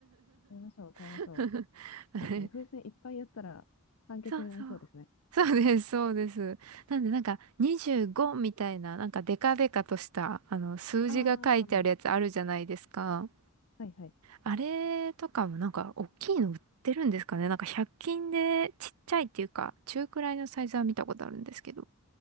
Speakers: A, on the left; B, on the right.
A: 買いましょう、買いましょ
B: <laughs> あれ
A: う。確かに風船いっぱいやったら酸欠になりそうですね。
B: そうそう。そうです、そうです。なんで、なんか、25みたいな、なんか、デカデカとした、あの、数字が書いてあるやつあるじゃないですか。
A: ああ、はいはい。
B: あれとかも、なんか、大きいの売ってるんですかね。なんか、100均で、ちっちゃいっていうか、中くらいのサイズは見たことあるんですけど。